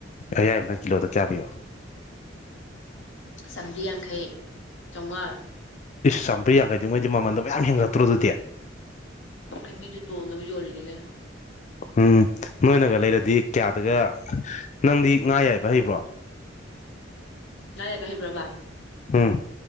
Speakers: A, on the left; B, on the left.
A: ꯑꯌꯥꯏꯕꯅ ꯀꯤꯂꯣꯗ ꯀꯌꯥ ꯄꯤꯕ
B: ꯆꯥꯝꯔꯤ ꯌꯥꯡꯈꯩ ꯆꯥꯝꯃꯉꯥ
A: ꯏꯁ ꯆꯥꯝꯔꯤ ꯌꯥꯡꯈꯩꯉꯩꯗꯤ ꯃꯃꯟꯣ ꯃꯌꯥꯝ ꯍꯦꯟꯒꯠꯇ꯭ꯔꯣ ꯑꯗꯨꯗꯤ
B: ꯑ ꯃꯤꯁꯨ ꯇꯣꯡꯅꯃꯤ ꯌꯣꯂꯤꯅꯤꯒꯦ
A: ꯎꯝ ꯅꯣꯏꯅꯒ ꯂꯩꯔꯗꯤ ꯀꯌꯥꯗꯒ ꯅꯪꯗꯤ ꯉꯥ ꯌꯥꯏꯕ ꯍꯩꯕ꯭ꯔꯣ
B: ꯉꯥꯏꯥꯏꯕ ꯍꯩꯕ꯭ꯔꯕ
A: ꯎꯝ